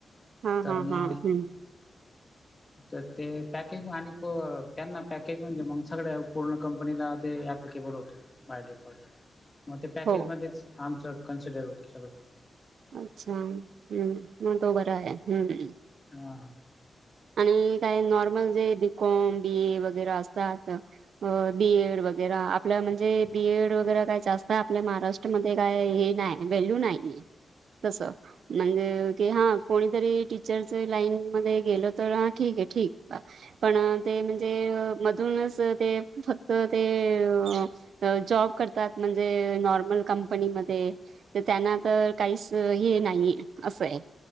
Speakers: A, on the right; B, on the left.
A: हां,
B: तर
A: हां,
B: म
A: हां. <inaudible>
B: तर ते पॅकेज आणि प त्यांना पॅकेज म्हणजे म सगळ्या पूर्ण कंपनीला ते एप्लिकेबल होत, बाय डिफॉल्ट. मग ते पॅकेज
A: हो.
B: मध्येच आमचं कन्सिडर होत सगळं.
A: अच्छा! हं. म तो बरा आहे. हं.
B: हा
A: आणि काही नॉर्मल जे बी कॉम, बी ए वगैरे असतात अ बी एड वगैरा आपल्या म्हणजे बी एड वगैरा काय जास्त आहे आपल्या महाराष्ट्र मध्ये काय हे नाही. वेल्यू नाही. तस. म्हणजे की हा कोणीतरी टीचरच लाईन गेलं तर ठीके ठीक. पण ते म्हणजे तून अस ते, फक्त ते अ अ जॉब करतात. म्हणजे नॉर्मल कंपनीमध्ये. तर त्यांना तर काहीच हे नाही असं आहे.